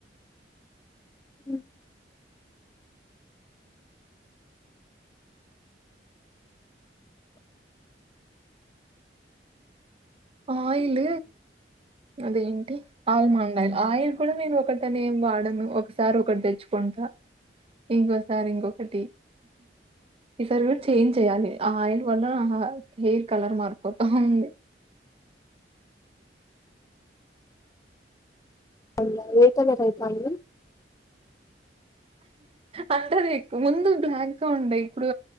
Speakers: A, on the left (about 20°); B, on the right (about 35°).
A: హ్
B: ఆయిల్ అదేంటి ఆల్మండ్ ఆయిల్ ఆయిల్ కూడా నేను ఒకటనే ఏమి వాడను ఒకసారి ఒకటి తెచ్చుకుం టా ఇంకోసారి ఇంకొకటి ఈసారి కూడా చేంజ్ చేయాలి ఆ ఆయిల్ వల్ల హెయిర్ కలర్ మార్పోతా ఉంది
A: అవునా ఏ కలర్ అయితాంది
B: అంటే అది ముందు బ్లాక్ గా ఉండే ఇప్పుడు